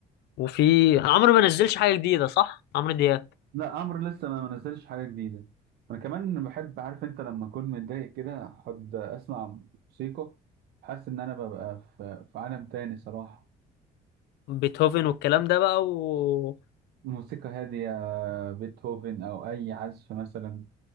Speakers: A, on the left; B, on the right.
A: وفي عمرو ما نزلش حاجة جديدة صح عمرو دياب
B: لا عمرو لسه ما ما نزلش حاجه جديده انا كمان بحب عارف انت لما اكون متضايق كده احب اسمع موسيقى حاسس ان انا ببقى في في عالم تاني صراحه
A: بيتهوفن والكلام ده بقى و
B: موسيقى هاديه بيتهوفن او اي عزف مثلا